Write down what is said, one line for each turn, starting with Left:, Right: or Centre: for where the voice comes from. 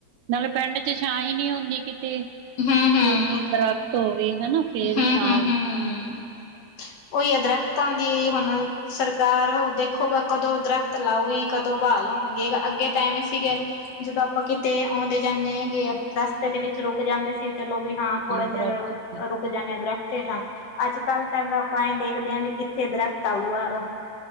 Right: ਨਾਲੇ ਪਿੰਡ ਚ ਛਾਂ ਹੀ ਨੀ ਹੁੰਦੀ ਕਿਤੇ, ਕੋਈ
Left: ਹੂੰ ਹੂੰ
Right: ਦਰੱਖਤ ਧੋਵੇ ਹਣਾ ਫਿਰ
Left: ਹੂੰ
Right: ਹੀ ਛਾਂ
Left: ਹੂੰ ਹੂੰ ਉਹੀ ਆ ਦਰੱਖਤਾਂ ਦੀ ਹੁਣ ਸਰਕਾਰ ਦੇਖੋਗਾ ਕਦੋਂ ਦਰਖ਼ਤ ਲਾਊਗੀ ਕਦੋਂ ਬਹਾਲ ਹੋਣਗੇ ਅੱਗੇ ਤਾਂ ਐਵੇਂ ਸੀਗੇ ਜਦੋਂ ਆਪਾਂ ਕਿਤੇ ਆਉਂਦੇ ਜਾਂਦੇ ਹੈਗੇ ਰਸਤੇ ਦੇ ਵਿੱਚ ਰੁਕ ਜਾਂਦੇ ਸੀ ਚਲੋ ਵੀ ਹਾਂ ਥੋੜਾ
Right: ਦਰਖਤ
Left: ਚਿਰ
Right: ਹੁੰਦੇ,
Left: ਰੁਕ ਜਾਣੇ ਹਾਂ ਦਰਖ਼ਤ ਹੇਠਾਂ ਅੱਜ ਕੱਲ ਤਾਂ ਆਪਾਂ ਦੇਖਦੇ ਹਾਂ ਵੀ ਕਿੱਥੇ ਦਰਖਤ ਆਊਗਾ